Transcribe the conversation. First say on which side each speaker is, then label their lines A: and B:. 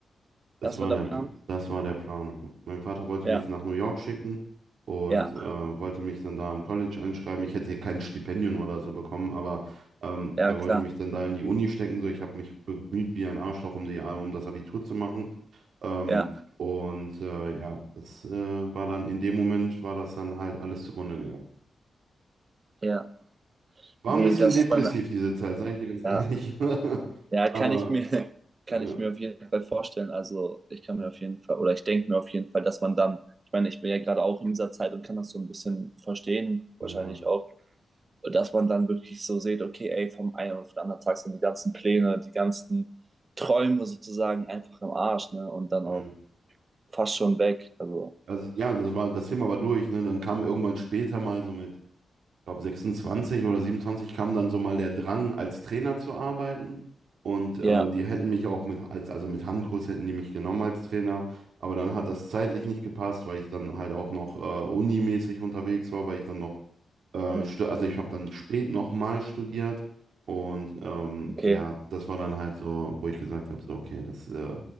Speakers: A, on the right; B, on the right.
A: Das
B: Das
A: war
B: war der
A: der,
B: Plan?
A: Pl- das war der Plan. Mein Vater wollte
B: Ja,
A: mich nach New York schicken und
B: ja,
A: äh, wollte mich dann da am College einschreiben. Ich hätte kein Stipendium oder so bekommen, aber ähm,
B: ja,
A: er wollte
B: klar.
A: mich dann da in die Uni stecken. So, ich habe mich bemüht wie ein Arschloch, um die, um das Abitur zu machen. Ähm,
B: Ja,
A: und äh, ja, das äh, war dann in dem Moment, war das dann halt alles zugrunde gegangen.
B: ja.
A: War
B: Nee,
A: ein bisschen
B: das
A: depressiv
B: ist dann,
A: diese Zeit, sage ich dir ganz ehrlich.
B: ja,
A: <laughs>
B: Ja,
A: Aber
B: kann ich mir, <laughs> kann
A: ja,
B: ich mir auf jeden Fall vorstellen. Also ich kann mir auf jeden Fall, oder ich denke mir auf jeden Fall, dass man dann, ich meine, ich bin ja gerade auch in dieser Zeit und kann das so ein bisschen verstehen, wahrscheinlich
A: ja,
B: auch, dass man dann wirklich so sieht, okay, ey, vom einen auf den anderen Tag sind die ganzen Pläne, die ganzen Träume sozusagen einfach im Arsch, ne? Und dann
A: ja.
B: auch fast schon weg. Also,
A: Also ja, das war, das Thema war durch, ne? Dann kam irgendwann später mal so mit, ich glaube 26 oder 27 kam dann so mal der Drang, als Trainer zu arbeiten. Und äh,
B: ja,
A: die hätten mich auch mit, als, also mit Handkurs hätten die mich genommen als Trainer. Aber dann hat das zeitlich nicht gepasst, weil ich dann halt auch noch äh, unimäßig unterwegs war, weil ich dann noch, äh,
B: ja,
A: stu- also ich habe dann spät nochmal studiert. Und ähm,
B: okay.
A: ja, das war dann halt so, wo ich gesagt habe, so, okay, das äh,